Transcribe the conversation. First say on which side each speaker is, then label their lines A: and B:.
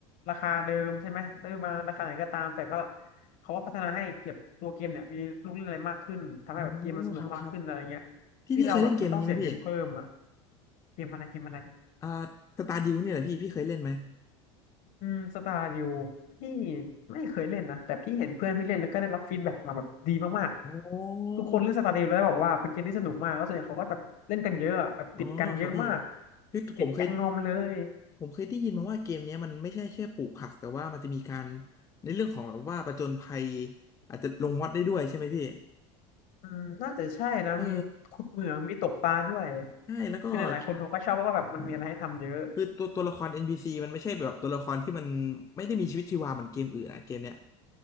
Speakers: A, on the left; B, on the left.
A: ราคาเดิมใช่ไหมซื้อมาราคาไหนก็ตามแต่ก็ เขาก็พัฒนาให้เก็บตัวเกมเนี่ยมีลูกเล่นอะไรมากขึ้นทำให้แบบเกมมันสนุกมากขึ้นอะไรเงี้ย
B: อ๋อครับครับพี่พี่เคยเล่นเกมนี้ไหมพี่
A: ที่เราแบบไม่ต้องเสียเงินเพิ่มอ่ะเกมอะไรเกมอะไร
B: อ่าสตาร์ดิวนี่แหละพี่พี่เคยเล่นไหม
A: อืมสตาร์ดิวพี่ไม่เคยเล่นนะแต่พี่เห็นเพื่อนพี่เล่นแล้วก็ได้รับฟีดแบ็กมาแบบดีมากๆทุกคนเล่นสตาร์ดิวแล้วบอกว่าเป็นเกมที่สนุกมากแล้วส่วนใหญ่เขาก็แบบเล่นกันเยอะอะแบบติดกันเยอะมาก
B: โอ้อ๋อครับพี่คือผมเคย
A: ติดกันงอมเลย
B: ผมเคยได้ยินมาว่าเกมเนี้ยมันไม่ใช่แค่ปลูกผักแต่ว่ามันจะมีการในเรื่องของแบบว่าผจญภัยอาจจะลงวัดได้ด้วยใช่ไหมพี่
A: อืมน่าจะใช่นะมีขุดเหมืองมีตกปลาด้วย
B: เออใช่แล้วก็
A: คือหลายๆคนเขาก็ชอบเพราะว่าแบบมันมีอะไรให้ทำเยอะ
B: เออ คือตัวตัวละคร NPC มันไม่ใช่แบบตัวละครที่มันไม่ได้มีชีวิตชีวาเหมือนเกมอื่นอะเกมเนี้ย